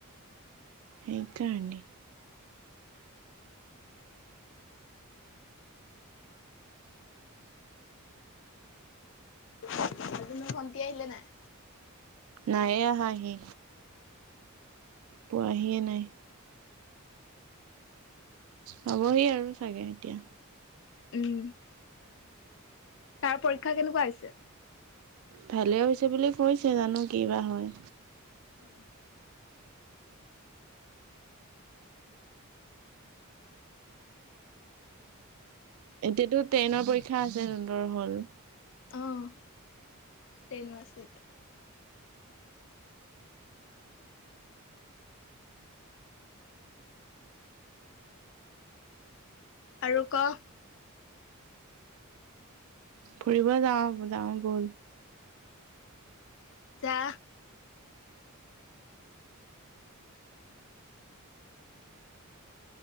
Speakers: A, on the right; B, on the left.
A: সেই কাৰনে
B: আজি তোমাৰ ভণ্টি আহিলে নাই?
A: নায়ে আহা সি পোৱাহিয়ে নাই। পাবহি আৰু চাগে এতিয়া।
B: উম তাৰ পৰীক্ষা কেনেকুৱা হৈছে?
A: ভালে হৈছে বুলি কৈছে জানো কি বা হয়।
B: অহ
A: এতিয়াতো টেনৰ পৰীক্ষা আছে জোনটৰ হ'ল।
B: অহ, তেনৰ আছে এতিয়া। আৰু ক?
A: ফুৰিব যাওঁ-যাওঁ বল?
B: যা।